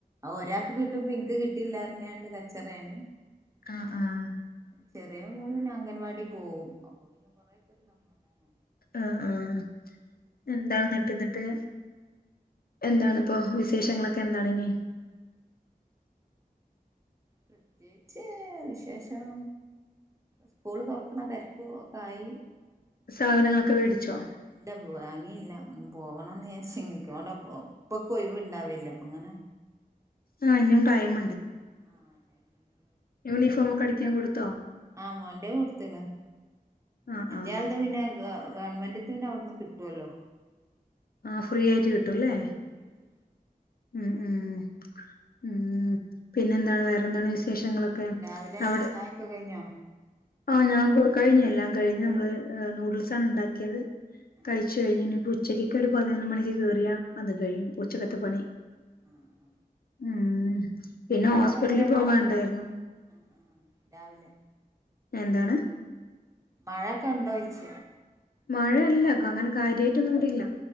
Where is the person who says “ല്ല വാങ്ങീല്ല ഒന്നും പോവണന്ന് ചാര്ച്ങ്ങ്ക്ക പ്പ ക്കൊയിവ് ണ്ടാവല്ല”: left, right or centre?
Right